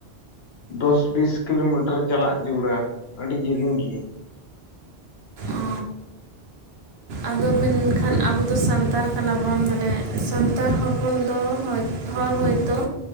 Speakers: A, on the left (about 70°); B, on the right (about 70°).
A: ᱫᱚᱥ ᱵᱤᱥ ᱠᱤᱞᱳᱢᱤᱴᱟᱨ ᱪᱟᱞᱟᱜ ᱡᱟᱨᱩᱲᱟ, ᱟᱹᱰᱤ ᱡᱮᱞᱮᱧ ᱜᱮ᱾
B: ᱚ ᱟᱫᱚ ᱢᱮᱱᱠᱷᱟᱱ ᱟᱵᱚ ᱥᱟᱱᱛᱟᱲ ᱠᱟᱱᱟ ᱵᱚᱱ ᱢᱟᱱᱮ ᱥᱟᱱᱛᱟᱲ ᱦᱚᱯᱚᱱ ᱫᱚ ᱦᱳᱭ ᱦᱚᱲ ᱦᱚᱭᱛᱳ,